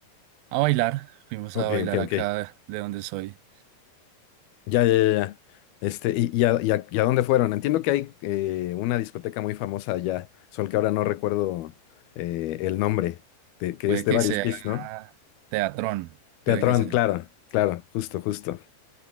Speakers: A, on the right; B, on the left.
A: a bailar. Fuimos
B: ok,
A: a bailar
B: ok,
A: acá
B: ok.
A: de donde soy.
B: Ya, ya, ya. ya. Este, y, y a, y a- y a dónde fueron? Entiendo que hay eh, una discoteca muy famosa allá, solo que ahora no recuerdo eh, el nombre, de- que
A: Puede
B: es de
A: que
B: varios
A: sea
B: pisos, ¿no?
A: teatrón,
B: Teatrón,
A: puede que sea.
B: claro, claro, justo, justo.